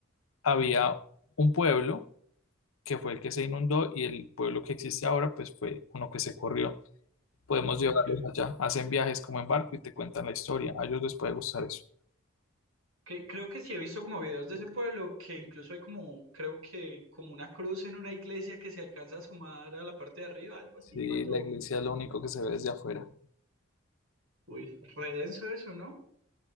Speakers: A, on the left (about 80°); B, on the right (about 85°).
A: había un pueblo que fue el que se inundó y el pueblo que existe ahora, pues fue uno que se corrió. Podemos
B: Ok.
A: llevarlos allá, hacen viajes como en barco y te cuentan la historia. A ellos les puede gustar eso.
B: Que, creo que sí he visto como videos de ese pueblo que incluso hay como, creo que como una cruz en una iglesia que se alcanza a sumar a la parte de arriba, algo así,
A: Sí,
B: cuando...
A: la iglesia es lo único que se ve desde afuera.
B: Uy, re denso eso, ¿no?